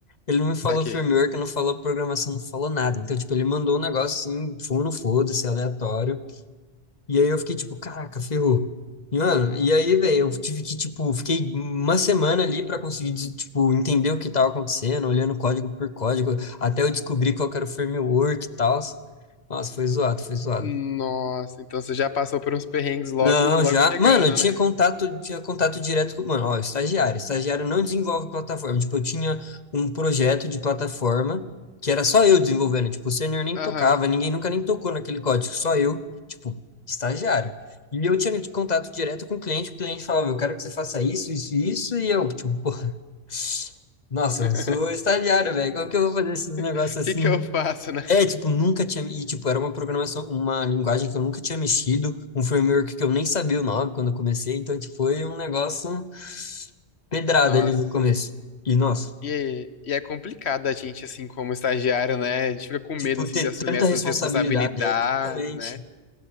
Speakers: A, on the left; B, on the left.
A: Ele não me falou
B: Saquei.
A: framework, não falou programação, não falou nada. Então, tipo, ele mandou um negócio assim, fundo, foda-se, aleatório. E aí eu fiquei tipo, caraca, ferrou. E, mano, e aí, velho, eu tive que, tipo, fiquei uma semana ali pra conseguir, des- tipo, entender o que tava acontecendo, olhando código por código, até eu descobrir qual que era o framework e tal. Nossa, foi zoado, foi zoado.
B: Nossa, então você já passou por uns perrengues logo,
A: Não,
B: logo
A: já.
B: chegando,
A: Mano, eu tinha
B: né?
A: contato, tinha contato direto com. Mano, ó, estagiário. Estagiário não desenvolve plataforma. Tipo, eu tinha um projeto de plataforma que era só eu desenvolvendo. Tipo, o sênior nem
B: Aham.
A: tocava, ninguém nunca nem tocou naquele código, só eu, tipo, estagiário. E eu tinha contato direto com o cliente, o cliente falava, eu quero que você faça isso, isso, e isso, e eu, tipo, porra, nossa,
B: <laughs>
A: eu sou estagiário, velho. Como que eu vou fazer esses negócios
B: O que
A: assim?
B: que eu faço, né?
A: É, tipo, nunca tinha. E, tipo, era uma programação, uma linguagem que eu nunca tinha mexido, um framework que eu nem sabia o nome quando eu comecei, então, tipo, foi um negócio pedrada
B: Nossa.
A: ali no começo. E, nossa,
B: E, é- e é complicado a gente, assim, como estagiário, né? A gente fica com medo,
A: tipo,
B: assim,
A: ter
B: de assumir
A: tanta
B: essas
A: responsabilidade,
B: responsabilidades,
A: é, exatamente.
B: né?